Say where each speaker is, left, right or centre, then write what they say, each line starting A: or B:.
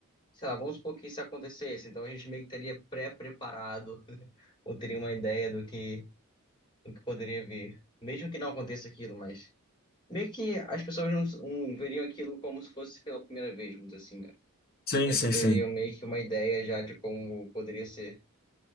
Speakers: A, on the left; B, on the left.
A: Sei lá, vamos supor que isso acontecesse, então a gente meio que estaria pré-preparado, <laughs> ou teria uma ideia do que, do que poderia vir. Mesmo que não aconteça aquilo, mas. Meio que as pessoas não, não veriam aquilo como se fosse pela primeira vez, vamos dizer assim, né?
B: Sim,
A: Elas
B: sim,
A: teriam
B: sim.
A: meio que uma ideia já de como poderia ser.